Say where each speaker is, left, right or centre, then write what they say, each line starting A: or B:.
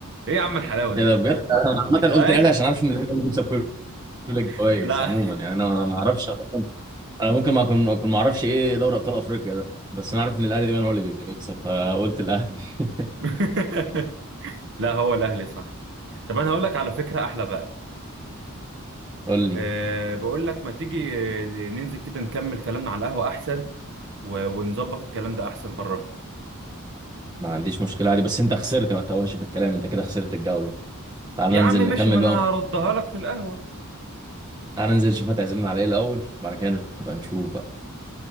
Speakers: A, on the right (about 55°); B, on the right (about 20°).
A: إيه يا عم الحلاوة دي
B: ايه ده بجد انا عامة
A: أي.
B: قلت الأهلي عشان عارف ان الأهلي هو اللي بيكسب كل الجوائز
A: <laughs> لا
B: عموما يعني انا انا ما اعرفش انا ممكن ما اكون اكون ما اعرفش ايه دوري ابطال افريقيا ده بس انا عارف ان الاهلي دايما هو اللي بيكسب فقلت الاهلي <laughs>
A: <laughs> لا هو الأهلي صح طب أنا هقول لك على فكرة أحلى بقى
B: قول لي
A: أه بقول لك ما تيجي آه، ننزل كده نكمل كلامنا على القهوة أحسن و... ونظبط الكلام ده احسن بره
B: ما عنديش مشكله عادي بس انت خسرت ما تتوهش في الكلام انت كده خسرت الجوله تعال
A: يا
B: ننزل
A: عم ماشي
B: نكمل
A: ما انا
B: بقى
A: هردها
B: ونشوف.
A: لك في القهوة
B: تعال ننزل نشوف هتعزمنا على ايه الاول بعد كده نبقى نشوف بقى